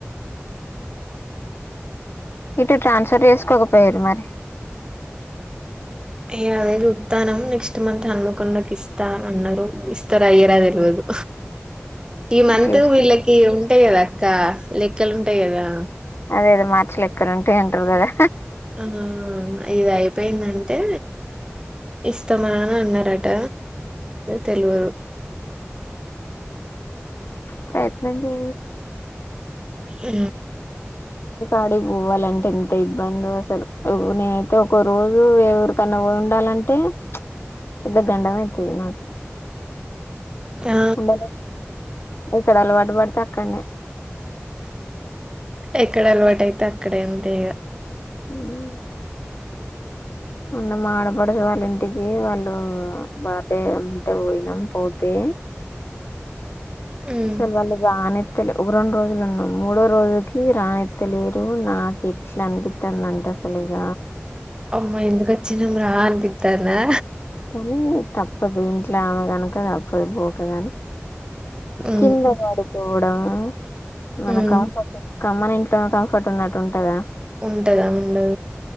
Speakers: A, on the left; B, on the right.
A: ఇటు ట్రాన్స్ఫర్ చేసుకోకపోయారు మరి
B: ఏ అదేది ఉస్తానం నెక్స్ట్ మంత్ హన్మకొండకి ఇస్తా అ అన్నారు ఇస్తారు అయ్యరా తెలియదు ఈ మంతు
A: చేసుకో
B: వీళ్ళకి ఉంటాయి కదా అక్క లెక్కలు ఉంటాయి కదా
A: అదే అద మార్చలు ఎక్కడ ఉంటా అంటారు కదా
B: ఆ ఇది అయిపోయిందంటే ఇస్తామా అని అన్నారట తెలుగురు
A: ప్రయత్న చే
B: ఆ
A: ఆడికి పోవాలంటే ఎంత ఇబ్బంధో అసలు నేనైతే ఒక రోజు ఎవురికన్నా ఉండాలంటే పెద్ద గండం అయితది నాకు
B: ఆ
A: అమ ఇక్కడ అలవాటు పడితే అక్కడనేే
B: ఎక్కడ అలవాటు అయితే అక్కడ ఎంత ఇక
A: ఆవు ఉన్న ఆడపడు వాళ్ళ ఇంటికి వాళ్ళు బర్త్డే అంటే పోయినాం పోతే
B: మ్మ్
A: సల్ అలుగాగాని తె ఒక రెండు రోజులున్నాం మూడో రోజులకి రానెత్తలేరు నాకు ఎట్లా అనిపిస్తుందింటే అసలు ఇగ
B: అమ్మా ఎందుకుచ్చినం రా అనిపితానే
A: కానీ తప్పదు ఇంట్లో ఆమె కనుక తప్పదు పోక కాని
B: మ్మ్
A: కింద వారి పోడం వనకం
B: మ్మ్
A: కమ్మన ఇంట్లో కంఫర్ట్ ఉన్నట్టు ఉంటదా
B: ఉంటదా ఉండదు